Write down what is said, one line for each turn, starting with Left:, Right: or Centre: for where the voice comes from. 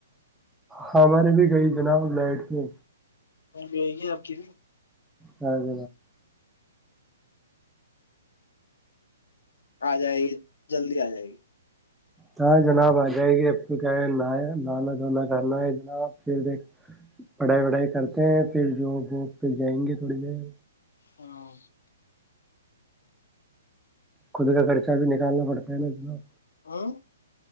Centre: ہماری بھی گئی جناب بیٹ کے
Left: وہ بیے گی آپ کی
Centre: ہ ج
Left: آ جائے گی جلدی آ جائے گی
Centre: ہاں جناب آ جائے گی اب تو کیا ہے ن لانا دھوناا کرنا ہے جناب پھر دیک پڑھائی وڑھائی کرتے ہیں پھر جو وہ پھر جائیں گے تھوڑی دیر
Left: ہاں
Centre: خود کا کرچہ بھی نکالنا پڑتا ہے نا جناب
Left: ہاں